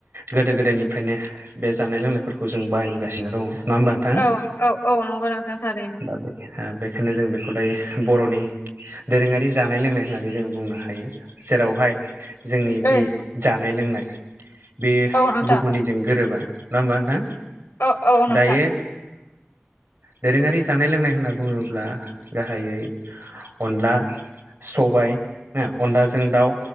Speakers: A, on the right (about 60°); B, on the left (about 65°).
A: गोदो गोदायनिफ्रायनो बे जानाय लोंनायफोरखौ जों बाहायबोगासिनो दङ। नङा होमबा नोंथाङा
B: औ औ औ नंगौ नोंथां थारैनो
A: दा बेखायनो जों बेखौ दायो बर'नि दोरोङारि जानाय लोंनाय होननानै जों बुंनो हायो जेरावहाय जोंनि जि
B: ओइ
A: जानाय लोंनाय बे
B: औ नोंथां
A: गुबुननिजों गोरोबा नङा होमबा नोंहा नोंथां?
B: औ औ नोंथां
A: दायो दोरोङारि जानाय लोंनाय होनना बुङोब्ला गाहायै अनला सबाय हो अनलाजों दाउ,